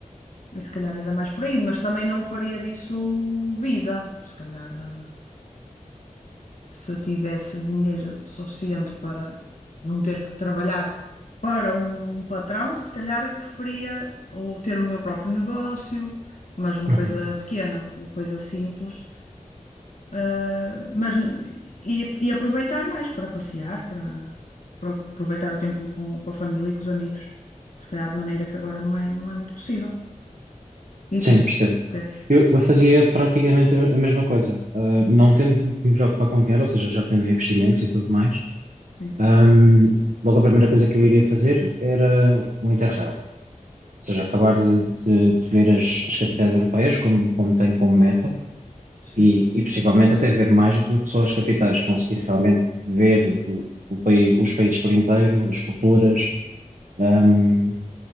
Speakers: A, on the left; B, on the right.
A: e se calhar era mais por aí, mas também não faria disso vida, se calhar. eh, se tivesse dinheiro suficiente para não ter que trabalhar para um patrão, se calhar preferia ou ter o meu próprio negócio, mas uma
B: Uhum.
A: coisa pequena, uma coisa simples, eh, mas n- e, e aproveitar mais para passear, para, para aproveitar o tempo com, com a família e com os amigos, se calhar de maneira que agora não é, não é muito possível. E
B: Sim,
A: tu?
B: percebo.
A: O que é que-
B: Eu, eu fazia praticamente a a mesma coisa. Ah, não tendo que me preocupar com dinheiro, ou seja, já tendo investimentos e tudo mais,
A: Sim,
B: ahm, logo a primeira coisa que eu iria fazer era um Interrail. Ou seja, acabar de, de- de ver as, as capitais europeias, como, como tenho como meta,
A: sim,
B: e, e possivelmente até ver mais do que só as capitais, conseguir realmente ver o, o país, os países por inteiro, as culturas, ahm,